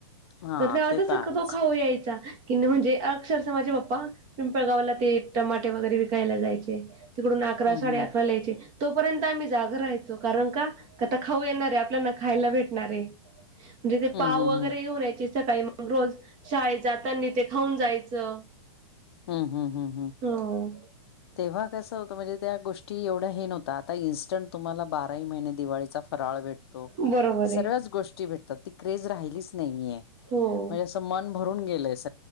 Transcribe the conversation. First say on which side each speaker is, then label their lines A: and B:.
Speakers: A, on the left; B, on the right.
A: हा
B: तर त्यातच
A: ते
B: शक्य
A: आहेच
B: तो खाऊ यायचा कि म्हणजे अक्षरशः माझे पप्पा पिंपळगावला ते टमाटे वगैरे विकायला जायचे, तिकडून अकरा
A: हम्म
B: साडे
A: हम्म
B: अकराला यायचे. तोपर्यंत आम्ही जागं राहायचो, कारण का आता खाऊ येणारे आपल्याना खायला भेटणारे. म्हणजे ते
A: हम्म
B: पाव वगैरे
A: हम्म
B: येऊन रहायचे सकाळी मग रोज शाळेत जातानी ते खाऊन जायचं.
A: हम्म हम्म हम्म हम्म.
B: हो
A: तेव्हा कसं होतं म्हणजे त्या गोष्टी एवढा हे नव्हता, आता इन्स्टंट तुम्हाला बाराही महिने दिवाळीचा फराळ भेट तो
B: बरोबर आहे
A: सर्वच गोष्टी भेटतात ती क्रेज राहिलीच नाहीेय
B: हो.
A: म्हणजे असं मन भरून गेले स